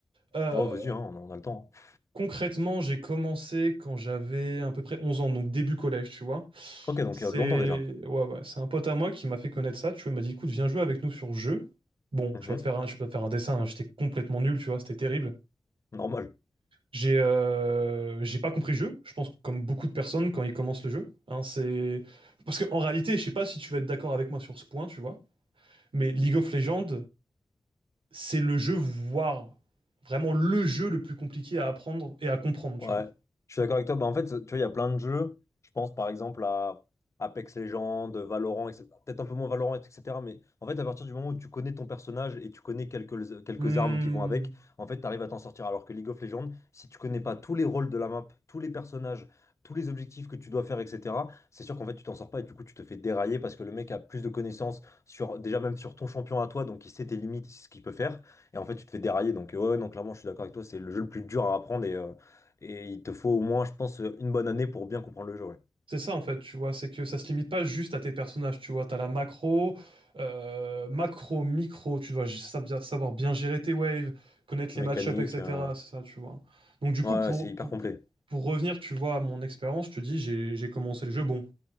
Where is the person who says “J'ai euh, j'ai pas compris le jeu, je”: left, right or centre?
Right